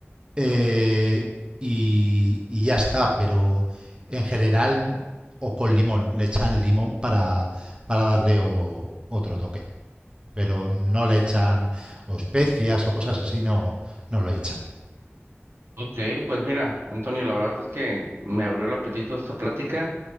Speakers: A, on the right; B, on the right.
A: Eh, y, y ya está, pero en general o con limón, le echan limón para, para darle o- otro toque, pero no le echan o especias o cosas así, no, no lo echan.
B: Ok, pues mira, Antonio, la verdad es que me abrió el apetito esta plática